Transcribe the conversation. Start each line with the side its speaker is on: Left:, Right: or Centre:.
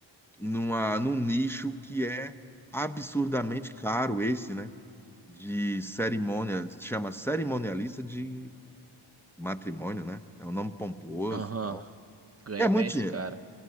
Centre: numa, num nicho que é absurdamente caro esse, né? De cerimônia, chama cerimonialista de matrimônio, né? É um nome pomposo,
Right: Aham.
Centre: e tal.
Right: Ganha
Centre: É muito
Right: bem esse
Centre: dinheiro.
Right: cara.